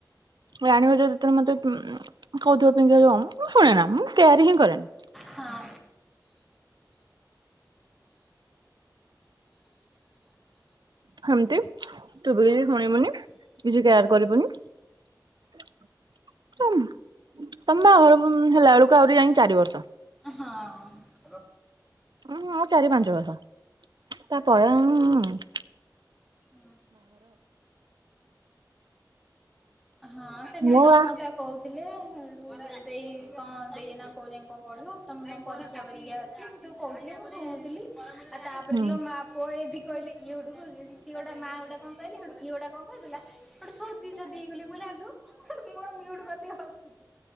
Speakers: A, on the right; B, in the centre.
A: ରାଣୀ ଭାଉଜ ଯେତେବେଳେ ମତେ ପୁମ୍ ଉଁ କହୁଥିବେ ପିନ୍ଧେଇଦିଅମ୍ ମୁଁ ଶୁଣେ ନା ମୁଁ କେୟାର ହିଁ କରେନା।
B: ହଁ।
A: ହ <inaudible> ହେମତି ତୁ ବି କିଛି ଶୁଣିବୁନି। କିଛି କେୟାର କରିବୁନି। <inaudible> ତମ୍ ତମ ବାହାଘର ପୁମ୍ ହେଲା ବେଳକୁ ଆହୁରି ଯାଇଁ ଚାରି ବର୍ଷ।
B: ହଁ ଅ।
A: ହଁ ଆଉ ଚାରି ପାଞ୍ଚ ବର୍ଷ। ତା ପରେ
B: ହଁ
A: ଅଂ ମ୍ ମ୍ ମ୍।
B: ହଁ। ହଁ ସେଦିନ
A: ମୋ
B: ବି ତମ
A: ବା
B: ତା କହୁଥିଲେ। ଦେଇ କଣ ଦେଇ ନା କୋଉ ଯାଏଁ କଁ ପଢିବୁ। ତମେ କାଇଁ ପରୀକ୍ଷା ବରୀକ୍ଷା ଅଛି କିନ୍ତୁ କଉଥିଲେ ମୁଁ ଶୁଣୁଥିଲି। ଆଉ ତାପରେ
A: ହୁଁ
B: ଲୋ ମା ପୁଅ ଏଠି କହିଲେ ଇଏ ହୁଡୁ କୁ <unintelligible> କିଏ ଗୋଟେ ମା ଗୋଟେ କଣ କହିଲେ ସେଇଡୁ ଇଏ ଗୋଟା କଣ କହିଥିଲା ସେଇଟୁ ସୋଦି ସାଦି ହେଇଗଲେ। ମୁଁ କହିଲି ଆଲୋ ମୋର ମିଉଟ ପାଟି ହସୁଚି।